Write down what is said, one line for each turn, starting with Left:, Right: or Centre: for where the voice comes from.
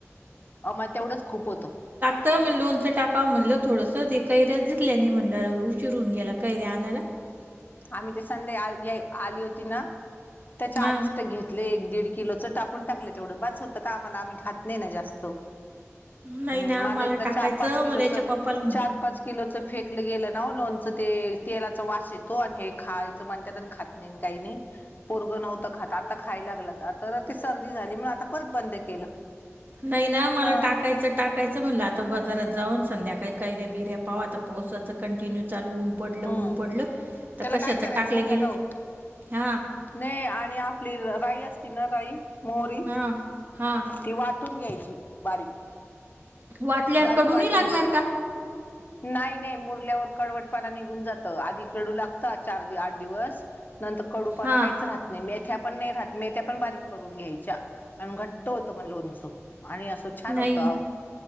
Left: आमा तेवढंच खूप होतं
Right: म्हण लोणचं टाका म्हणलं थोडस ते कैऱ्या दिसल्या आणि म्हटलं उशीिरून गेला कैऱ्या आणायला ह
Left: आम्ही ते संध्या आली होती ना त्याच्या
Right: हा
Left: आधीच तर घेत एक दीड किलो च टाकून टाकलं तेवढं बास होतं तर आम्हाला आम्ही खात नाही नाही जास्त
Right: नाही
Left: माझ
Right: ना मला
Left: एकदा
Right: टाकायचं
Left: चार पाच किलोच
Right: मला याच्या पप्पाला म्हणलं
Left: चार पाच किलोच फेकलं गेलं ना लोणचं ते तेलाचं वास येत आणि हे खायच म्हणतात आणि खात नाही काही नाही पोरगं नव्हत खात आता खाय लागलं तर तर ते सर्दी झाली म्हण आता परत बंद केलं
Right: नाही ना मला
Left: हा
Right: टाकायचं टाका ायचं म्हटलं आता बाजारात जाऊन संध्याकाळी कैऱ्या बिऱ्या पाव आता पावसाचं कंटिन्यू चालू उन पडलं
Left: हम्म
Right: ऊन पडलं तर
Left: त्याला
Right: कशाचं
Left: काय करायचंय
Right: टाकलं
Left: हॅलो
Right: गेले हां
Left: नाही आणि आपली राई असती ना राई मोहरी
Right: हां हां
Left: ती वाट कुटून घ्यायची बारीक
Right: वाटल्यावर
Left: बारीक
Right: कडू
Left: वाटून
Right: नाही लागणार का
Left: नाही नाही मुरल्यावर कडवटपाणा निघून जातं आधी कडू लागतं चार आठ दिवस नंतर कडूपणा
Right: हां
Left: काहीच राहत नाही मेथ्या पण नाही राहत मेथ्या पण बारीक करून घ्यायच्या आणि घट्ट होत मग लोणचं आणि असं छान
Right: नाही
Left: होतं आह